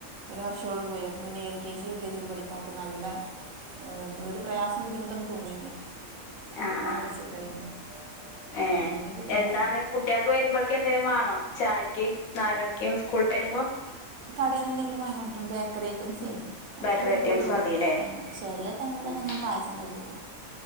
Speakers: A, on the right; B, on the left.
A: ഒരു വർഷോള് പോയ പിന്നെ L K G U K ജിയി പഠിക്കൻ അവൾക്കു നല്ല. ഏ ഒരു പ്രയാസം ബുദ്ധിമുട്ടൊന്നും തോന്നിയില്ല...... ഒരിക്കാൻ
B: ആഹ്
A: നല്ല
B: ആഹ്
A: സുഖമായിരുന്നു അപ്പൊ
B: ഏഹ്
A: അങ്ങനെരു ഇത്ണ്ടാവും...
B: എന്താണ് കുട്ടികൾക്ക് വരുമ്പോഴക്ക എന്തെങ്കിലും വേണോ ചായക്ക് നാല് മണിക്ക് സ്കൂളിട്ട് വരുമ്പോ....
A: കടയിൽന്ന് എന്തെങ്കിലും വാങ്ങിട്ടും ബേക്കറി ഐറ്റംസെ അതൊക്കെ
B: ബേക്കറി
A: പറ്റുള്ളൂ
B: ഐറ്റംസ് മതില്ലേ
A: ആ ചെല ടൈമിലൊക്കെ
B: ഉം
A: ഞാൻ പായസം ഉണ്ടാക്കി വക്കും.